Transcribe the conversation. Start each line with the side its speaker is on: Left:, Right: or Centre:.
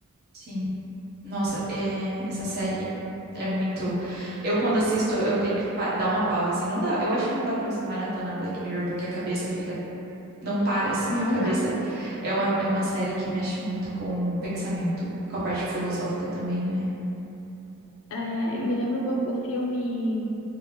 Right: sim. Nossa, é, essa série é muito. Eu, quando assisto, eu tenho que pa- dar uma pausa, assim. Não dá, eu acho que não dá pra você maratonar Black Mirror, porque a cabeça fica. Não para, assim.
Left: Não
Right: A cabeça
Left: dá.
Right: é uma, é uma série que mexe muito com o pensamento, com a parte filosófica também, né?
Left: Ah, me lembra um pouco o filme